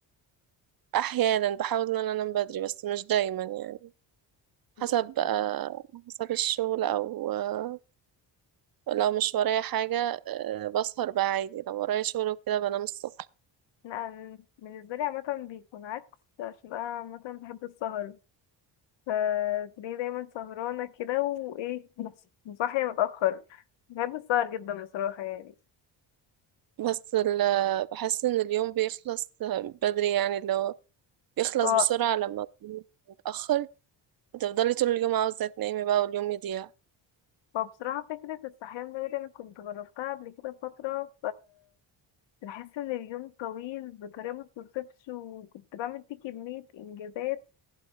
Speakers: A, on the right; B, on the left.
A: احيانا بحاول ان انا انام بدري بس مش دايما يعني
B: م-
A: حسب أه حسب الشغل او أه لو مش ورايا حاجه أه بسهر بقى عادي لو ورايا شغل وكده بنام الصبح
B: لا أنا بالنسبة لي عامة بيكون عكس عشان انا عامة بحب السهر فتلاقيني دايما سهرانة كده وايه صاحية متأخر بحب السهر جدا بصراحة يعني
A: بس ال- بحس ان اليوم بيخلص بدري يعني اللي هو بيخلص
B: ف...
A: بسرعة لما تكوني متأخر هتفضلي طول اليوم عاوزة تنامي بقى واليوم يضيع
B: فبصراحة فكرة الصحيان بدري أنا كنت جربتها قبل كده فترة بحس ان اليوم طويل بطريقة ما تتوصفش وكنت بعمل فيه كمية انجازات